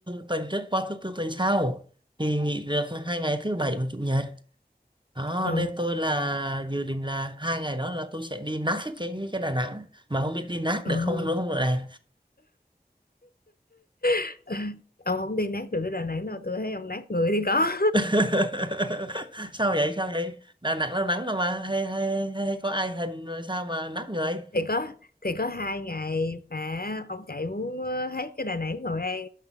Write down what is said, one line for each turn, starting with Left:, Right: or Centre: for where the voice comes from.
Right: tuần trước qua thứ tư tuần sau thì nghỉ được hai ngày thứ bảy và chủ nhật đó
Left: ờ
Right: nên tôi là dự định là hai ngày đó là tôi sẽ đi nát hết cái cái Đà Nẵng mà không biết đi nát
Left: ừ.
Right: được không nữa không rồi này
Left: <laughs> ông không đi nát được cái Đà Nẵng đâu tôi thấy ông nát người thì có
Right: <laughs> sao vậy sao vậy Đà Nẵng nó nắng rồi mà hay hay hay, hay có ai hình rồi sao mà nát người
Left: thì có thì có hai ngày mà ông chạy muốn ờ, hết cái Đà Nẵng Hội An